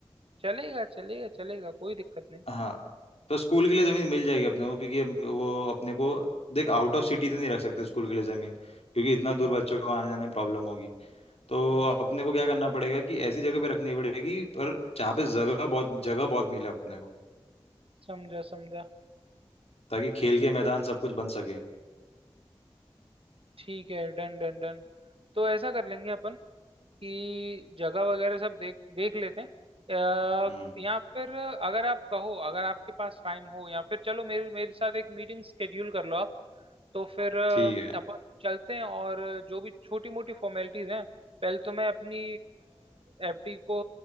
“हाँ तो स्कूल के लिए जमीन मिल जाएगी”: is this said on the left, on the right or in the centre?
Left